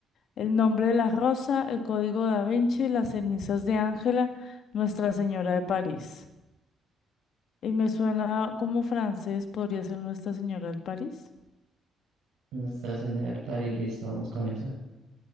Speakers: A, on the left (about 70°); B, on the right (about 80°).
A: El nombre de la rosa, el código da Vinci, las cenizas de Ángela, Nuestra Señora de París. Y me suena como francés, podría ser Nuestra Señora de París.
B: Nuestra Señora del Par y listo, vamos con esa.